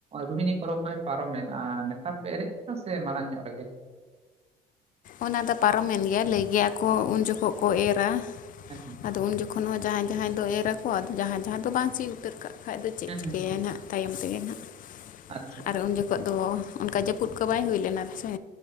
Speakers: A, on the right; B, on the left.
A: ᱨᱚᱦᱤᱱᱤ ᱯᱚᱨᱚᱵᱽ ᱢᱟᱭ ᱯᱟᱨᱚᱢᱮᱱ ᱟ ᱱᱮᱛᱟᱨ ᱯᱮ ᱮᱨᱮᱫ ᱠᱟᱱᱟ ᱥᱮ ᱢᱟᱲᱟᱝ ᱧᱚᱜ ᱨᱮᱜᱮ?
B: ᱚᱱᱟ ᱫᱚ ᱯᱟᱨᱚᱢᱮᱱ ᱜᱮᱭᱟ ᱞᱟᱹᱭ ᱜᱮᱭᱟ ᱠᱚ ᱩᱱ ᱡᱚᱠᱷᱚᱠ ᱠᱚ ᱮᱨᱟ
A: ᱦᱮᱸ ᱦᱮᱸ
B: ᱟᱫᱚ ᱩᱱ ᱡᱚᱠᱷᱚᱱ ᱦᱚᱸ ᱡᱟᱦᱟᱸᱭ ᱡᱟᱦᱟᱸᱭ ᱫᱚ ᱮᱨ ᱟᱠᱚ ᱟᱫᱚ ᱡᱟᱦᱟᱸᱭ ᱡᱟᱦᱟᱸᱭ ᱫᱚ ᱵᱟᱝ ᱥᱤ ᱩᱛᱟᱹᱨ ᱠᱟᱜ ᱠᱷᱟᱡ ᱫᱚ ᱪᱮᱫ
A: ᱦᱮᱸ
B: ᱪᱤᱠᱟᱹᱭᱟᱭ
A: ᱦᱮᱸ ᱦᱮᱸ
B: ᱱᱟᱸᱦᱜ, ᱛᱟᱭᱚᱢ ᱛᱮᱜᱮ ᱦᱟᱸᱜ
A: ᱟᱪᱪᱷᱟ ᱟᱪᱪᱷᱟ,
B: ᱟᱨ ᱩᱱ ᱡᱚᱠᱷᱚᱜ ᱫᱚ ᱚᱱᱠᱟ ᱡᱟᱹᱯᱩᱫ ᱠᱚ ᱵᱟᱭ ᱦᱩᱭ ᱞᱮᱱᱟ ᱥᱮ᱾